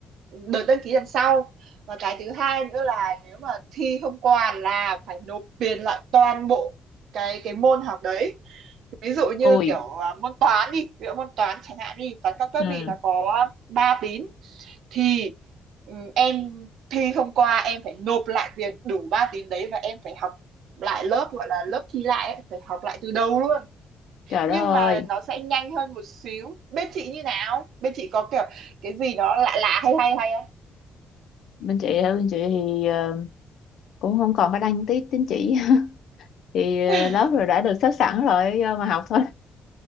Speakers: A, on the right; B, on the left.
A: đợt đăng ký lần sau. Và cái thứ hai nữa là nếu mà thi không qua là phải nộp tiền lại toàn bộ cái cái môn học đấy. Ví dụ như
B: ui
A: kiểu à, môn toán đi, ví dụ môn toán chẳng hạn đi, toán cao cấp
B: ừ
A: thì nó có ba tín thì ừ, em thi không qua em phải nộp lại tiền đủ ba tín đấy và em phải học lại lớp gọi là lớp thi lại ấy, phải học lại từ đầu luôn
B: trời
A: nhưng
B: đất ơi
A: mà nó sẽ nhanh hơn một xíu bên chị như nào bên chị có kiểu cái gì nó lạ lạ hay hay hay không
B: bên chị hả bên chị thì ờ, cũng không còn phải đăng tí tín chỉ <laughs> thì ờ,
A: <laughs>
B: lớp rồi đã được xếp sẵn rồi do mà học thôi